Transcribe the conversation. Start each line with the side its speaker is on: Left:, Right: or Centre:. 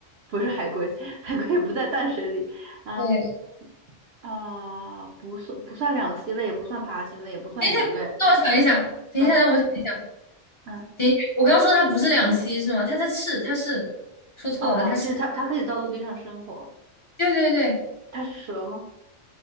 Right: 不是海龟，<laughs> 海龟也不在淡水里。嗯，
Left: 对，
Right: 啊、不算不算两栖类，也不算爬行类，也不算鱼类。
Left: 等一下，让我想一想，等一下，
Right: 嗯
Left: 让我想一想，
Right: 嗯
Left: 等一下，我刚说它不是两栖是吗？它它是它是，说错了，
Right: 啊，
Left: 它是，
Right: 就是它，它可以到陆地上生活。
Left: 对对对，
Right: 它是蛇吗？